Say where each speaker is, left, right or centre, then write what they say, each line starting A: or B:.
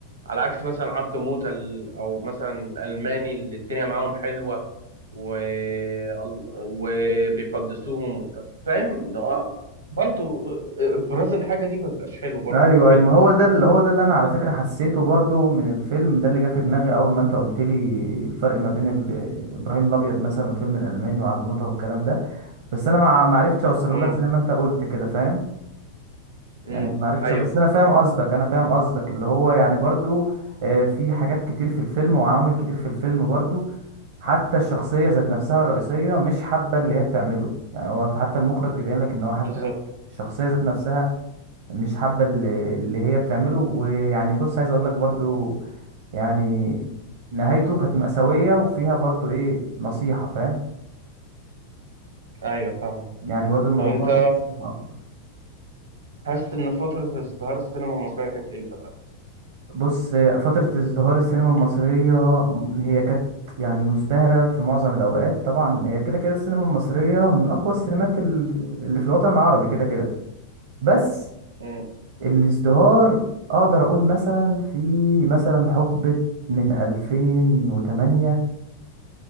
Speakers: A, on the right (about 70°); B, on the right (about 55°).
A: على عكس مثلا عبده موتة ال- او مثلا الالماني اللي الدنيا معاهم حلوه و... ال- وبيقدسوهم وف- فاهم إن هو برضه ابراز الحاجه دي ما بيبقاش حلو برضه
B: ايوه
A: في الفيلم
B: ايوه ما هو ده اللي هو ده اللي انا على فكرة حسيته برضو من الفيلم ده اللي جه في دماغي اول ما انت قلت لي الفرق ما بين ال... ابراهيم الابيض مثلا والفيلم الالماني وعبد موتة والكلام ده بس انا ما ما عرفتش اوصله
A: امم
B: لك زي ما انت قلت كده فاهم
A: امم
B: يعني ما عرفتش
A: ايوه
B: بس انا فاهم قصدك انا فاهم قصدك اللي هو يعني برضو آه، في حاجات كتير في الفيلم وعوامل كتير في الفيلم برضو حتى الشخصية ذات نفسها الرئيسية مش حابة اللي هي بتعمله يعني هو حتى المخرج بيبين لك ان هو حتى
A: بالظبط
B: الشخصية ذات نفسها مش حابة اللي, اللي هي بتعمله ويعني بص عايز اقول لك برضو يعني نهايته كانت مأساوية وفيها برضو ايه نصيحة فاهم
A: ايوه فاهم
B: يعني برضو الموضوع
A: طب انت
B: فيه نصيحة
A: حاسس ان فتره ازدهار السينما المصريه كانت امتى طيب
B: بص فترة ازدهار السينما المصرية هي كانت يعني مزدهرة في معظم الأوقات طبعا هي كده كده السينما المصرية من أقوى السينمات ال- اللي في الوطن العربي كده كده بس
A: امم
B: الازدهار أقدر أقول مثلا في مثلا حقبة من 2008